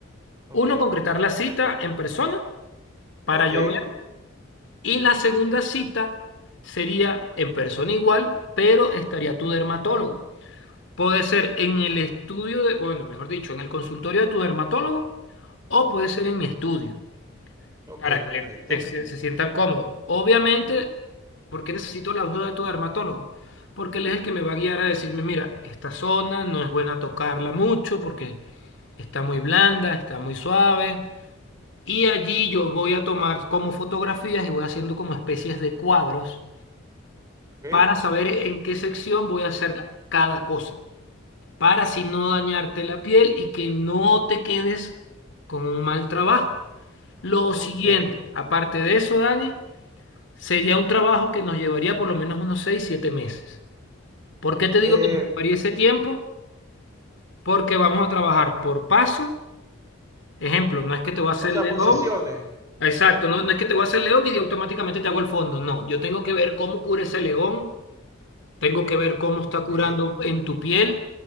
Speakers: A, on the right (about 15°); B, on the left (about 65°).
A: Ok,
B: Uno, concretar la cita en persona para
A: ok,
B: llover Y la segunda cita sería en persona igual, pero estaría tu dermatólogo. Puede ser en el estudio de, bueno, mejor dicho, en el consultorio de tu dermatólogo o puede ser en mi estudio,
A: ok,
B: para que
A: perfecto.
B: te- se, se sientan cómodos. Obviamente, ¿por qué necesito la ayuda de tu dermatólogo? Porque él es el que me va a guiar a decirme, mira, esta zona no es buena tocarla mucho porque está muy blanda, está muy suave. Y allí yo voy a tomar como fotografías y voy haciendo como especies de cuadros
A: Ok,
B: para saber en qué sección voy a hacer cada cosa, para así no dañarte la piel y que no te quedes con un mal trabajo. Lo Ok.
A: ok.
B: siguiente, aparte de eso, Dani, sería un trabajo que nos llevaría por lo menos unos 6, 7 meses. ¿Por qué te
A: Eh,
B: digo que nos llevaría ese tiempo? Porque vamos a trabajar por paso. Ejemplo, no es que te voy a hacer
A: o sea,
B: león.
A: por sesiones.
B: Exacto, no, no es que te voy a hacer león y automáticamente te hago el fondo. No, yo tengo que ver cómo cura ese león, tengo que ver cómo está curando
A: Ok.
B: en tu piel